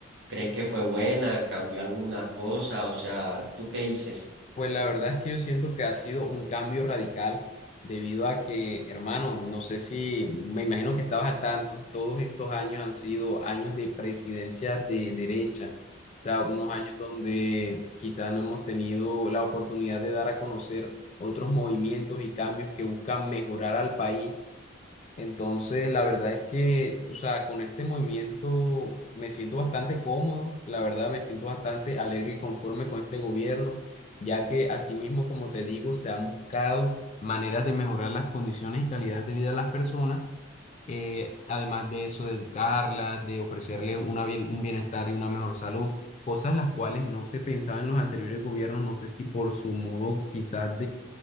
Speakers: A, on the right (about 65°); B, on the left (about 35°).
A: ¿Crees que fue buena? ¿Cambió algunas cosas? O sea, ¿tú qué dices?
B: Pues la verdad es que yo siento que ha sido un cambio radical debido a que, hermano, no sé si me imagino que estabas al tanto, todos estos años han sido años de presidencia de derecha, o sea, unos años donde quizás no hemos tenido la oportunidad de dar a conocer otros movimientos y cambios que buscan mejorar al país entonces, la verdad es que, o sea, con este movimiento me siento bastante cómodo, la verdad me siento bastante alegre y conforme con este gobierno, ya que asimismo, como te digo, se han buscado maneras de mejorar las condiciones y calidad de vida de las personas, eh, además de eso, de educarlas, de ofrecerles una bien- un bienestar y una mejor salud, cosas las cuales no se pensaba en los anteriores gobiernos, no sé si por su modo quizás